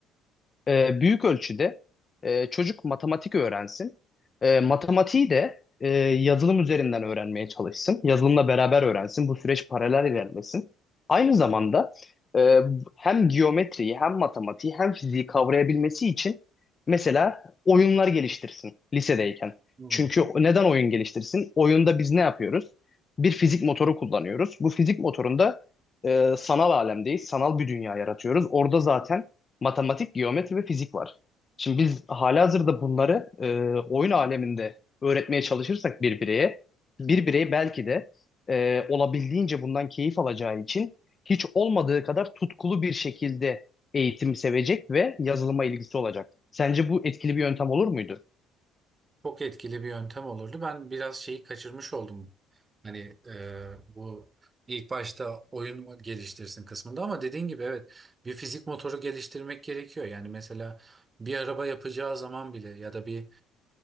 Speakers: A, on the left; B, on the right.
A: e, büyük ölçüde e, çocuk matematik öğrensin. E, matematiği de e, yazılım üzerinden öğrenmeye çalışsın. Yazılımla beraber öğrensin. Bu süreç paralel ilerlesin. Aynı zamanda e, hem geometriyi hem matematiği hem fiziği kavrayabilmesi için mesela oyunlar geliştirsin lisedeyken.
B: Hmm.
A: Çünkü neden oyun geliştirsin? Oyunda biz ne yapıyoruz? Bir fizik motoru kullanıyoruz. Bu fizik motorunda e, sanal alemdeyiz. Sanal bir dünya yaratıyoruz. Orada zaten matematik, geometri ve fizik var. Şimdi biz halihazırda bunları e, oyun aleminde öğretmeye çalışırsak bir bireye, bir birey belki de e, olabildiğince bundan keyif alacağı için hiç olmadığı kadar tutkulu bir şekilde eğitim sevecek ve yazılıma ilgisi olacak. Sence bu etkili bir yöntem olur muydu?
B: Çok etkili bir yöntem olurdu. Ben biraz şeyi kaçırmış oldum. Hani e, bu ilk başta oyun geliştirsin kısmında ama dediğin gibi evet bir fizik motoru geliştirmek gerekiyor. Yani mesela bir araba yapacağı zaman bile ya da bir